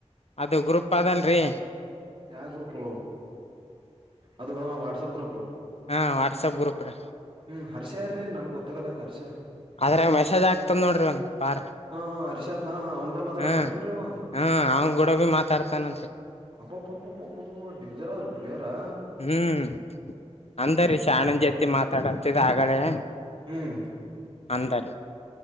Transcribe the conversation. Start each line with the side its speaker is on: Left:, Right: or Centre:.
Left: ಅದು ಗ್ರೂಪ್ ಅದಲ್ರೀ
Right: ಯಾವ ಗ್ರೂಪು ಅದು ಹ ವಾಟ್ಸಪ್ ಗ್ರೂಪ್.
Left: ಹಾಂ ವಾಟ್ಸಪ್ ಗ್ರೂಪುರೀ.
Right: ಹ್ಮ್ ಹರ್ಷ ಯಾರ್ರೀ ನನ್ಗ್ ಗೊತ್ತಾಗಲತ್ ಹರ್ಷ.
Left: ಅದ್ರಾಗ ಮೆಸೇಜ್ ಆಗ್ತದೆ ನೋಡ್ರಿ ಒಂದ್ ಪಾರ್.
Right: ಹಾ ಹಾ ಹರ್ಷಾತ್ ಹಾ ಅವ್ನ್ ಕೂಡ ಮಾತಾಡಕತಾನ್
Left: ಹಾ
Right: ಏನ್ರೀ ಅವ.
Left: ಹಾ ಅವ್ನ್ ಕೂಡ ಭೀ ಮಾತಾಡ್ತಾನಂತೆ.
Right: ಹಬ್ಬಬ್ಬಬ್ಬೊಬ್ಬೊ ಡೇಂಜರ್ ಆದ್ರಿ ಪ್ಲೇಯರಾ.
Left: ಹ್ಮ್ ಅಂದರಿ ಶ್ಯಾಣೆಂದ
Right: ಹೇಳ
Left: ಜತಿ
Right: ಹೇಳ
Left: ಮಾತಾಡತಿದ ಅಗಳೇ.
Right: ಹ್ಮ್
Left: ಅಂದರೀ